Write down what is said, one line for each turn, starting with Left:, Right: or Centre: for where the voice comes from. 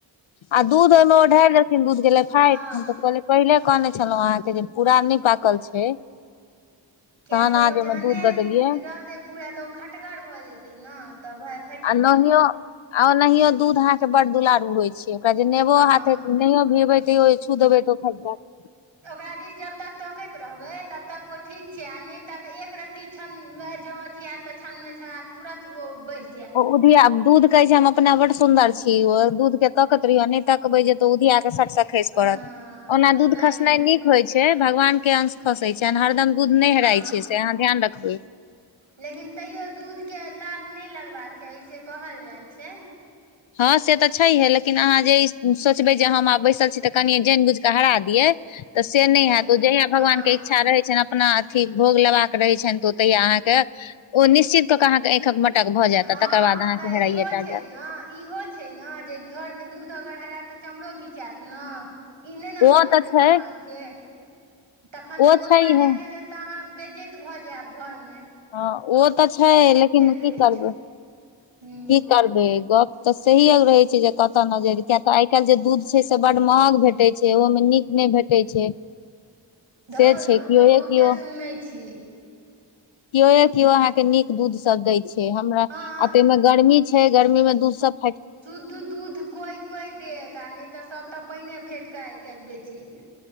Left: आ दूध ओहिमे ओ ढारि देल। दूध गेल फाट
Right: हँ
Left: हम तऽ कहले पहिले कहने छलहुँ अहाँके जे पूरा नइ पाकल छै।
Right: किया
Left: तहन
Right: तऽ
Left: अहाँ
Right: ओ
Left: जेहिमे
Right: जहने
Left: दूध दऽ देलियै
Right: रहतै पूरा तऽ ओ खटगर भऽ जेतै। ने तऽ भ
Left: आ नहियो ओनायो दूध आहा के बड़ दुलारू होयत। ओकरा जे नेबो
Right: हँ
Left: हाथ ह नहियो भिबै तैयो छू देबै। तऽ फेट जैत
Right: त ओकरा दिस जब तक तकैत रहबै तबतक ओ ठीक छै आ नय तक एक र ती छन मे जों अथी आयत ते छन में छ तुरत ओ बैस
Left: ओ उदिया दूध कहै छै हम अपना बड सुदर छी दूध के तकत रहिय नय तकबे जे ते उधिया के सट टेस पड़त
Right: हँ
Left: ओना
Right: तऽ
Left: दूध
Right: तैं
Left: खसनाइ
Right: गिर
Left: नीक
Right: पड़
Left: होय छै भगवान के अंश फसे छै हरदम दुध नहि
Right: हँ
Left: हेराय छै से अहाँ ध्यान रखबै
Right: लेकिन तैयो दूध के लात नय लगबाक चाही से कहल जाइत छै
Left: <inaudible> हँ से तऽ छैहे लेकिन अहाँ जे ई सोचबै जे हम आब बैसल छी तऽ कनि जानि बुझि कऽ हरा दियै तऽ से नय होयत
Right: ने
Left: ओ जहिया
Right: हँ
Left: भगवान के इच्छा रहै छनि अपना अथी भोग लेबा क रहै छन तऽ ओ तहिय अहाँके ओ निश्चित त कहाँ के एखक मटक भऽ जायत
Right: हँ
Left: तकर बाद अहाँके
Right: तऽ
Left: हेराइए
Right: इहो
Left: टा
Right: छै
Left: जायत
Right: ने हँ इहो छै। ने जे घर मे दूध अगर हरायत तऽ चमरो घिचायत न ई नय न
Left: ओ
Right: बुझय
Left: तऽ
Right: जे
Left: छै
Right: भगवान के तखन
Left: ओ
Right: तऽ ओतबा
Left: छैहे
Right: देर के लेल तऽ अहाँ बेजैत भऽ जायब। घर मे
Left: हँ ओ तऽ छै लेकिन
Right: रहै
Left: की करबै
Right: छौ हूँ
Left: की करबै गप तऽ सहीयोग रहे छै जे कत नजर किय तऽ आई काइल जे दूध छै से बड महग भेटे छै ओहो मे नीक नय भेट ते छै
Right: धौर
Left: से छै
Right: हम
Left: केओए
Right: तऽ बहुते
Left: केओ
Right: सुनैत छी
Left: केओए केओ अहाँ के नीक दूध सभ दै छै। हमरा आ
Right: हँ
Left: ताहिमे गर्मी छै। गर्मी मे दूधसभ
Right: शुद्ध दुूध कोई कोय कोय देत आ नय त सब तऽ पाइने फेट के आइ काल बेचे ये